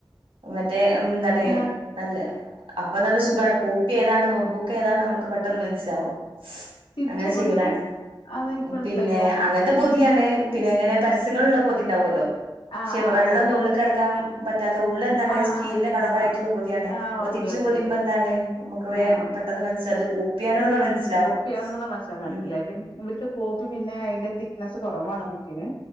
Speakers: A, on the right; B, on the left.
A: മറ്റേ ഉം എന്താണ്
B: ആഹ്
A: തന്നെ അപ്പ നല്ല സുഖാണ് കോപ്പി ഏതാണ് നോട്ട്ബുക്ക് ഏതാണ് നമുക്ക് പെട്ടെന്ന് മനസ്സിലാവും
B: തിരിച്ചു
A: അങ്ങനെ
B: പുതിയ
A: ചെയ്യലാണ്
B: മീൻസ് അത്
A: ഉം
B: എനിക്ക് മനസ്സിലായില്ല
A: പിന്നെ അങ്ങനെ ത്ത പൊതിയാണേ പിന്നെ എങ്ങനെ പരസ്യങ്ങളുള്ള പൊതി ഉണ്ടാകുവല്ലോ
B: ആഹ്
A: ക്ഷേ
B: ആഹ്
A: വെള്ളൊന്നും
B: ആഹ്
A: ഉള്ള്ക്ക്കടക്കാം പറ്റാത്ത ഉള്ള് എന്താണ്
B: ആഹ്
A: സ്റ്റീലിന്റെ
B: ആഹ്
A: കളറായിട്ടുള്ള
B: ആഹ്
A: പൊതിയാണ്
B: ആഹ്
A: അപ്പൊ
B: ഓക്കെ
A: തിരിച്ച്
B: ഓക്കെ
A: പൊതിയുമ്പോ
B: ഓക്കെ
A: എന്താണ് നമുക്ക് വേയം
B: ആഹ് ആഹ്
A: പെട്ടെന്ന് മനസ്സിലാവും ഇത് കോപ്പിയാണെന്നുള്ള മനസ്സിലാവും
B: പ്പിയാണെന്നുള്ള മനസ്സിലാകും മനസ്സിലായ
A: ഉം
B: പിന്നെ ഇവര്ക്ക് കോപ്പി പിന്നെ അയ്ന്റെ തിക്നസ്സ് കൊറവാണ് ബുക്ക്‌ ക്ക്ണ്